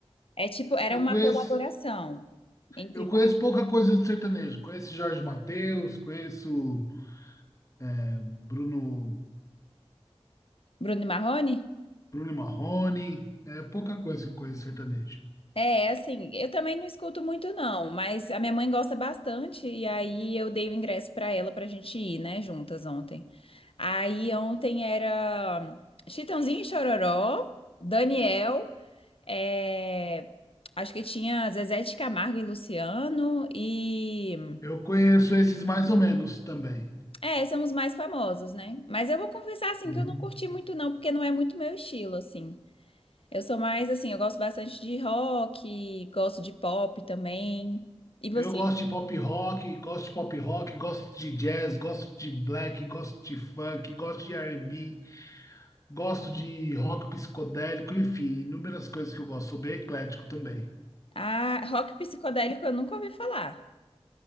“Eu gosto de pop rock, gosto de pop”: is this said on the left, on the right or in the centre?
Left